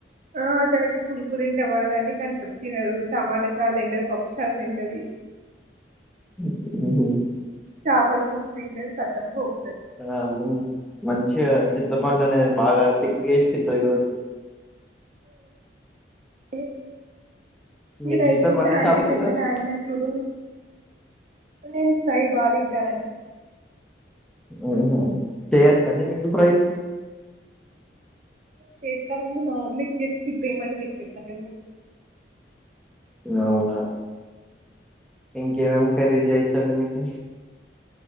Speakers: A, on the right; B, in the centre.
A: ఆ తనకి ఉలుపు తింటే పడదండి కానీ చెప్తే వినదు టమాటా చారూ తింటది పప్పు చారూ తింటది
B: ఉహు
A: చేపల
B: <unintelligible>
A: పులుసు తింటది కతం గోకుతది
B: ఆ ము మంచి చింతపండు అనేది బాగా తికేస్తు తింటది కావచ్చు
A: అ నేన
B: మీకు
A: అయిపోతే
B: ఇష్టం అండి
A: యాంటిమెంటునే
B: చేపల కూర
A: యాంటీ మెంట్ చూడు నేను చయి బాగా తింటానండి
B: ఆహ చేసెకి వచ్చా అండి మీకు ఫ్రై
A: చెత్త ను గాని మా మమ్మీ జస్ట్ తీప్పేమంటె తిప్పతాను అంతే
B: అవునా ఇంకేం ఏమేమి కర్రీ చేయవచ్చు అండీ మీకీ